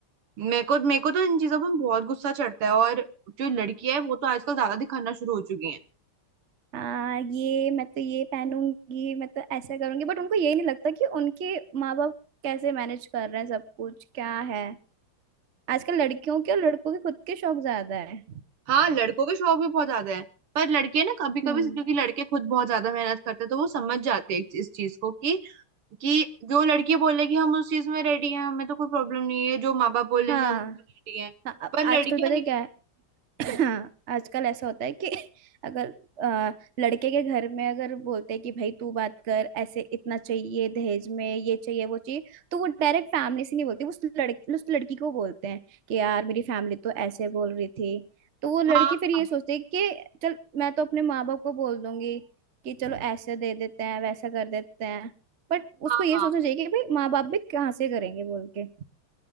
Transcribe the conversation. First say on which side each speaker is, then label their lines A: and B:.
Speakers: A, on the right (about 85°); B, on the right (about 45°).
A: मेरे को मेरे को तो इन चीजों पर बहुत गुस्सा चढ़ता है और जो लड़कियां है वो तो आजकल ज्यादा दिखाना शुरू हो चुकी हैं
B: आ, ये मैं तो ये पहनूंगी मैं तो ऐसा करूंगी बट उनको ये नहीं लगता कि उनके माँ बाप कैसे मैनेज कर रहे हैं सब कुछ क्या है आजकल लड़कियों के और लड़कों के खुद के शौक ज्यादा है
A: हाँ लड़कों के शौक भी बहुत ज्यादा है पर लड़के ना कभी कभी
B: हम्म
A: क्योंकि लड़के खुद बहुत ज्यादा मेहनत करते हैं तो वो समझ जाते हैं इस इस चीज को कि कि जो लड़की बोले कि हम उस चीज में रेडी हैं हमें तो कोई प्रॉब्लम नहीं है जो माँ बाप बोलेंगे
B: हाँ
A: हम उसमें रेडी हैं
B: हाँ, अब
A: पर लड़कियां
B: आजकल पता है
A: नहीं
B: क्या है हाँ आजकल ऐसा होता है कि <laughs> अगर अ, लड़के के घर में अगर बोलते हैं कि भाई तू बात कर ऐसे इतना चाहिए दहेज में ये चाहिए वो चाहिए तो वो डायरेक्ट फैमिली से नहीं बोलते उस लड़की उस लड़की को बोलते हैं कि यार मेरी फैमिली तो ऐसे बोल रही थी तो वो लड़की
A: हाँ
B: फिर ये सोचती है कि चल मैं तो अपने माँ बाप को बोल दूंगी कि चलो ऐसे दे देते हैं वैसा कर देते हैं बट उसको
A: हाँ
B: ये
A: हाँ
B: सोचना चाहिए कि भाई माँ बाप भी कहाँ से करेंगे बोल के